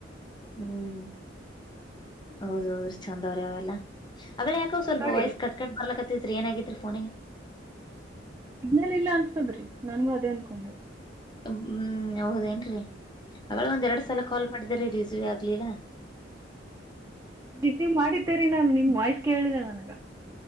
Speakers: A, on the left (about 25°); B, on the right (about 15°).
A: ಹ್ಮ್ ಹೌದ ಹೌದ್ರ ಚಂದವ್ರ ಅವೆಲ್ಲ ಯಾಕ ಸ ಸ್ವಲ್ಪ
B: ನೋಡಿರಿ
A: ವಾಯ್ಸ್ ಕಟ್ ಕಟ್ ಬರ್ಲಕತ್ತತ್ ಏನಾಗಿದ ರಿ ಫೋನಿಗ
B: ಸಿಗ್ನಲ್ ಇಲ್ಲ ಅನ್ಸ್ತದ್ರಿ ನನ್ಗೂ ಅದೇ ಅನ್ಕೊಂಡ
A: ಹ್ಮ್ ಹೌದೇನ್ರೀ ಅವಗ್ಲೆ ಒಂದ್ ಎರಡ್ ಸಲ ಕಾಲ್ ಮಾಡಿದೆ ರೀ ರಿಸವ್ ಆಗ್ಲಿಲ್ಲ
B: ರಿಸೀವ್ ಮಾಡಿದ್ದೇರಿ ನಾನ್ ನಿಮ್ ವಾಯ್ಸ್ ಕೇಳಿಲ್ಲ ನನಗ